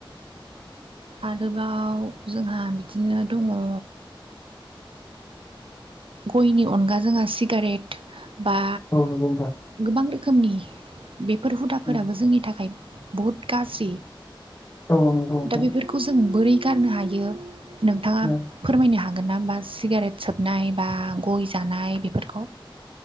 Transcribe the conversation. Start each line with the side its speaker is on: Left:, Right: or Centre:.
Right: आरोबाव जोंहा बिदिनो दंङो गयनि अनगा जोंहा सिगारेट बा
Left: औ नंगौ नोंथां औ नंगौ नोंथां औ नंगौ
Right: गोबां रोखोमनि बेफोर हुदाफोराबो
Left: नोंथां
Right: जोंनि थाखाय बहुत गाज्रि
Left: औ नंगौ नोंथां
Right: दा बेफोरखौ जों बोरै गारनो हायो नोंथाङा
Left: ओ
Right: फोरमायनो हागोन ना होमबा सिगारेट सोबनाय बा गय जानाय बेफोरखौ